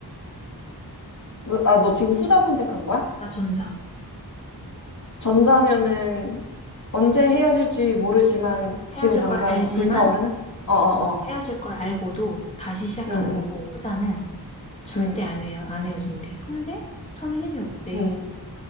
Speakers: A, on the left; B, on the left.
A: 너, 아, 너 지금 후자 선택한 거야?
B: 나 전자.
A: 전자면은 언제 헤어질지 모르지만 지금
B: 헤어질
A: 당장
B: 걸 알지만
A: 불타오르는? 어어어.
B: 어, 헤어질 걸 알고도 다시 시작하는
A: 응, 응,
B: 거고, 후자는 절대
A: 응,
B: 안 헤어, 안 헤어진대. 근데 설렘이 없대.
A: 응.